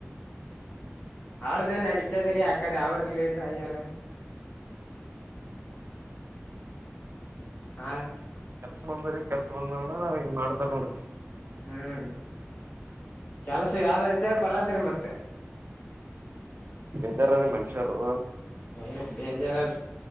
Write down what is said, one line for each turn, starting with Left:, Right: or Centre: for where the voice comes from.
Left: ಅವ್ರದ್ದೇ ನಡತ ಇತದ ರೀ ಆ ಕಡೆ ಅವ್ರ ಲೀಡರ್ ಅಯ್ಯಾರ ಹಾ ರೀ
Right: ಹ್ಮ ಬಂದ ಕೆಲಸ ಬಂದ ನ ಮಾಡಡ್ತಾರೆ ನೋಡ
Left: ಹ್ಮ್ ಕೆಲಸ ಯಾವ್ದಾಯ್ತು ಇದಾಗ ಬರದ್ರೀ ಮತ್ತೆ
Right: ಎದಾರೀ ಮನುಷ್ಯರು
Left: ಏ ಡೇಂಜರ್್ರ